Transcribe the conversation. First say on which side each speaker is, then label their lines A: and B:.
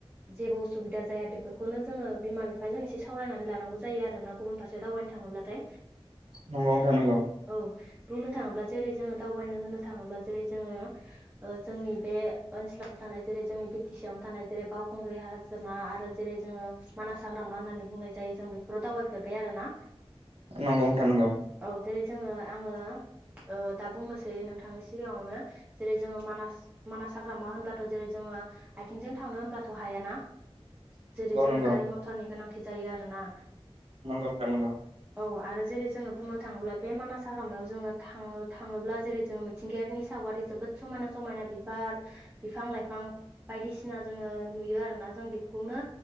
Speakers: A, on the right; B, on the right.
A: जेबो असुबिदा जाया बेफोरखौनो जोङो बिमा बिफाजों एसे सावरायनानै लानांगौ जायो आरोना। गुबुन फारसेयाव दावबायनो थाङोब्लाथाय।
B: नंगौ नंगौ नोंथां नंगौ
A: औ बुंनो थाङोब्ला जेरै जोङो दावबायनो होनो थाङोब्ला जेरै जोङो ओ जोंनि बे ओनसोलावनो थानाय जेरै जों बि टि सि आवनो थानाय जेरै बाव बावखुंग्रि हाजोमा आरो जेरै जोङो मानास हाग्रामा होननानै बुंनाय जायो जों बेफोराव दावबायफेरबाय आरो ना।
B: नंगौ नोंथां नंगौ।
A: औ जेरै जोङो आङो ओ दा बुंनोसै नोंथांनि सिगाङावनो जेरै जोङो मानास मानास हाग्रामा होनबाथ' जेरै जोङो बा आथिंजों थांनो होनब्लाथ' हायाना, जेरै
B: नंगौ
A: जोंनो
B: नोंथां
A: गारि मथरनि गोनांथि जायो आरो ना।
B: नंगौ नोंथां नंगौ।
A: औ आरो जेरै जोङो बुंनो थाङोब्ला बे मानास हाग्रामायाव जोङो थाङो थाङोब्ला जेरै जोङो मिथिंगायारिनि साव गारि जोबोद समायना समायना बिबार बिफां लाइफां बायदिसिना जोङो नुयो आरोना जों आं बेफोरखौनो